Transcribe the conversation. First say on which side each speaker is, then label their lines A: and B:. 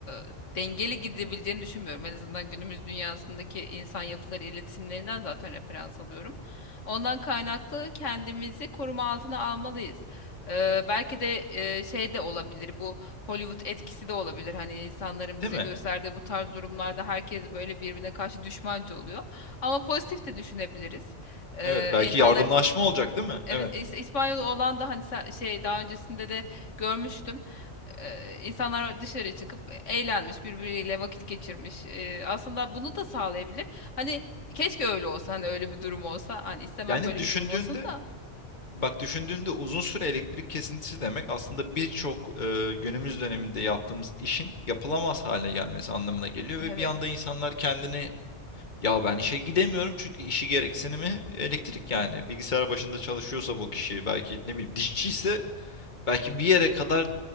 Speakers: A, on the left; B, on the left.
A: e, dengeli gidebileceğini düşünmüyorum en azından günümüz dünyasındaki insan yapıları iletişimlerinden zaten referans alıyorum ondan kaynaklı kendimizi koruma altına almalıyız E, belki de e, şey de olabilir bu Hollywood etkisi de olabilir hani insanların
B: Değil
A: bize
B: mi?
A: gösterdiği bu tarz durumlarda herkes böyle birbirine karşı düşmanca oluyor ama pozitif de düşünebiliriz. Ee,
B: Evet, belki
A: insanlar
B: yardımlaşma olacak, değil mi?
A: evet
B: Evet.
A: İs- İspanyol olan da hani sen- şey daha öncesinde de görmüştüm. Ee, insanlar dışarı çıkıp eğlenmiş, birbiriyle vakit geçirmiş. Ee, aslında bunu da sağlayabilir. Hani keşke öyle olsa, hani öyle bir durum olsa. Hani istemem
B: Yani
A: böyle
B: düşündüğünde
A: bir durum olsun da.
B: Bak düşündüğünde uzun süre elektrik kesintisi demek aslında birçok e, günümüz döneminde yaptığımız işin yapılamaz hale gelmesi anlamına geliyor
A: Evet.
B: ve bir anda insanlar kendini ya ben işe gidemiyorum çünkü işi gereksinimi elektrik yani bilgisayar başında çalışıyorsa bu kişi belki ne bileyim dişçi ise belki bir yere kadar